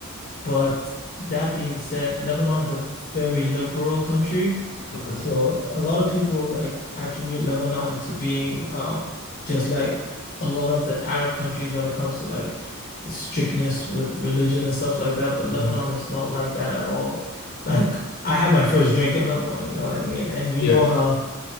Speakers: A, on the left (about 40°); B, on the left (about 85°).
A: But that being said, Lebanon's a very liberal country.
B: Okay.
A: So a lot of people like attribute Lebanon to being um just like a lot of the Arab countries when it comes to like the strictness with religion and stuff like that, but
B: Mm.
A: Lebanon is not like that at all. Like I had my first drink in Lebanon, you know what I mean? And you
B: Yeah.
A: know how